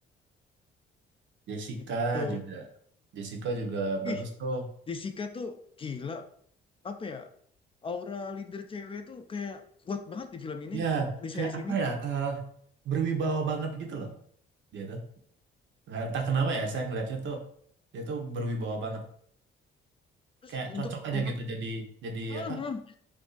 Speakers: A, on the right (about 70°); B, on the left (about 25°).
A: Jessica
B: Gitu.
A: juga. Jessica juga bagus
B: Wih,
A: tuh.
B: Jessica tuh gila apa ya aura leader cewek itu kayak kuat banget di film ini
A: Ya,
B: di
A: kayak
B: series
A: apa
B: ini
A: ya? eh, berwibawa banget gitu loh dia tuh. Nggak entah kenapa ya, saya ngelihatnya tuh dia tuh berwibawa banget.
B: terus
A: Kayak cocok
B: untuk
A: aja
B: untuk
A: gitu jadi jadi
B: Hmm,
A: apa?
B: hmm,